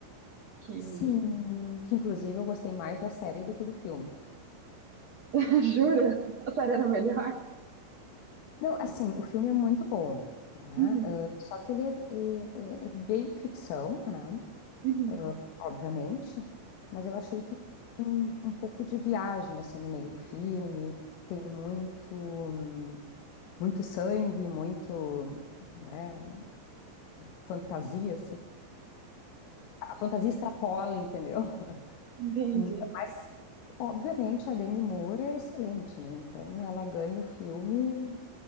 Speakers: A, on the right; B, on the left.
A: que.
B: Sim, que inclusive eu gostei mais da série do que do filme.
A: <laughs> Jura? A série era melhor?
B: Não, assim, o filme é muito bom, tá?
A: Uhum,
B: Ah, só que ele é, é- é- é bem ficção, né?
A: uhum.
B: Ah, obviamente, mas eu achei que tem um pouco de viagem, assim, no meio do filme, tem muito, hum, muito sangue, muito, né, fantasia, assim. A fantasia extrapola, entendeu?
A: Entendi.
B: Então, mas, obviamente, a Demi Moore é excelente, né? Então, ela ganha o filme,